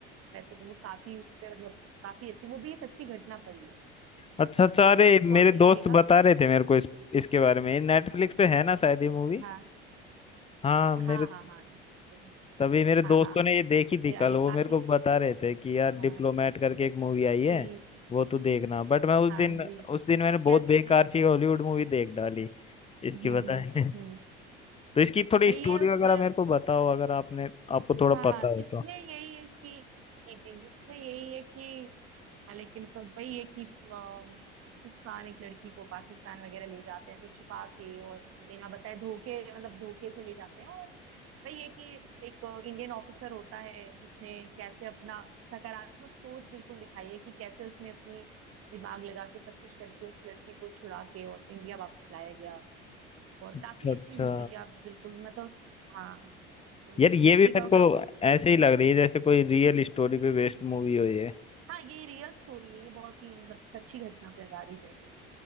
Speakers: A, on the right (about 55°); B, on the left (about 20°).
A: वैसे तो वो काफी उस पर मतलब काफी अच्छी वो भी सच्ची घटना पर ही है
B: अच्छा अच्छा
A: तो
B: अरे
A: उसको आप
B: मेरे
A: देखिएगा
B: दोस्त बता रहे थे मेरे को इस इसके बारे में नेटफ्लिक्स पे है ना शायद ये मूवी
A: हाँ
B: हाँ मेरे
A: हाँ हाँ हाँ नेटफ्लिक्स पे
B: तभी मेरे दोस्तों
A: हाँ हाँ
B: ने ये देखी
A: उससे
B: थी कल
A: आई
B: वो
A: काफी
B: मेरे को बता रहे थे कि यार डिप्लोमेट
A: हाँ
B: करके एक मूवी आई है
A: कि
B: वो तू देखना बट मैं उस
A: हाँ
B: दिन
A: जी
B: उस दिन मैंने
A: कैसे
B: बहुत बेकार सी हॉलीवुड मूवी देख डाली इसकी
A: हम्म
B: बताए
A: हम्म हम्म।
B: <laughs> तो इसकी थोड़ी
A: नहीं
B: स्टोरी
A: ये उसमें
B: वगैरह मेरे को बताओ अगर आपने आपको थोड़ा
A: हाँ
B: पता हो
A: इसमें
B: तो
A: यही है कि जी जी इसमें यही है कि हालांकि मतलब वही है कि अम, पाकिस्तान एक लड़की को पाकिस्तान वगैरह ले जाते हैं ऐसे छुपा के और बिना बताए धोखे मतलब धोखे से ले जाते हैं और वही है कि एक इंडियन ऑफिसर होता है उसने कैसे अपना सकारात्मक सोच बिल्कुल दिखाई है कि कैसे उसने अपनी दिमाग लगा के सब कुछ करके उस लड़की को छुड़ा के और इंडिया वापस लाया गया और
B: अच्छा
A: काफी
B: अच्छा
A: अच्छी मूवी है आप बिल्कुल मतलब हाँ तो
B: यार ये
A: देखिएगा
B: भी मेरे
A: वो
B: को
A: काफी अच्छी
B: ऐसे
A: है
B: ही लग रही है जैसे कोई रियल स्टोरी पे बेस्ड मूवी हो ये
A: हाँ ये रियल स्टोरी है ये बहुत ही मतलब सच्ची घटना पे आधारित है ये